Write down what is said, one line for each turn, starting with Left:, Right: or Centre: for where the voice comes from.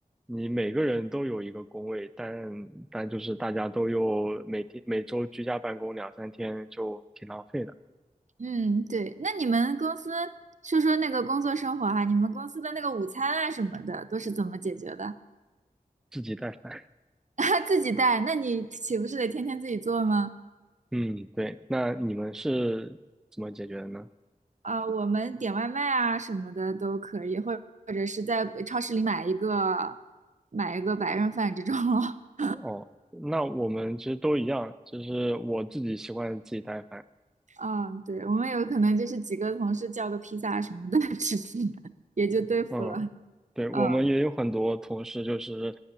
Centre: 你每个人都有一个工位，但但就是大家都又每天每周居家办公两三天，就挺浪费的，
Right: 啊，对。那你们公司说说那个工作生活哈、你们公司的那个午餐啊什么的都是怎么解决的？
Centre: 自己带饭。<laughs>
Right: <laughs> 自己带，那你岂不是得天天自己做吗？
Centre: 嗯，对。那你们是怎么解决的呢？
Right: 啊，我们点外卖啊什么的都可以，或或者是在超市里买一个买一个白人饭这种咯。<laughs>
Centre: 哦，那我们其实都一样，就是我自己习惯自己带饭，
Right: 嗯嗯，对，我们有可能就是几个同事叫个披萨什么的 <laughs> 吃吃，也就对付了。
Centre: 嗯，对，我们也有很多同事就是
Right: 嗯